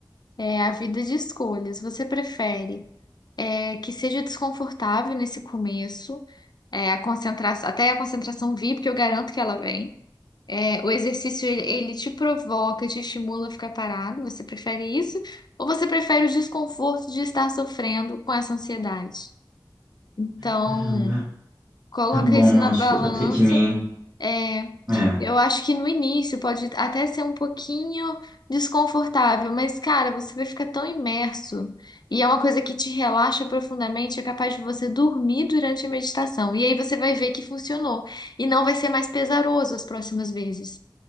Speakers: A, on the left (about 60°); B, on the right (about 30°).
A: É a vida de escolhas. Você prefere é, que seja desconfortável nesse começo, é, a concentração, até a concentração vir, porque eu garanto que ela vem. É, o exercício ele, ele te provoca, te estimula a ficar parado. Você prefere isso? Ou você prefere o desconforto de estar sofrendo com essa ansiedade? Então,
B: Caramba.
A: coloca
B: Tá bom,
A: isso na
B: eu acho
A: balança.
B: que eu vou ter que me.
A: É,
B: É.
A: eu acho que no início pode até ser um pouquinho desconfortável, mas cara, você vai ficar tão imerso e é uma coisa que te relaxa profundamente, é capaz de você dormir durante a meditação. E aí você vai ver que funcionou e não vai ser mais pesaroso as próximas vezes,